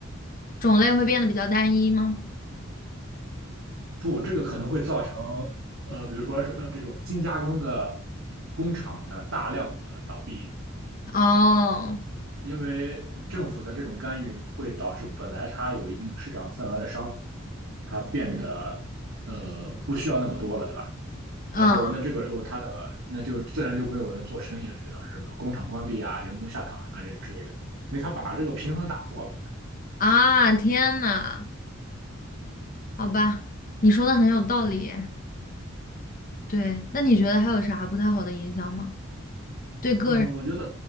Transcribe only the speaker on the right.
不，这个可能会造成呃，比如说是呃这种精加工的工厂的大量的倒闭，
因为政府的这种干预会导致本来它有一定市场份额的商品，它变得呃不需要那么多了。对吧？
然后那这个时候他的那就自然就没有人做生意了，就导致工厂关闭啊、员工下岗啊这之类的，因为他把这个平衡打破了。
嗯，我觉得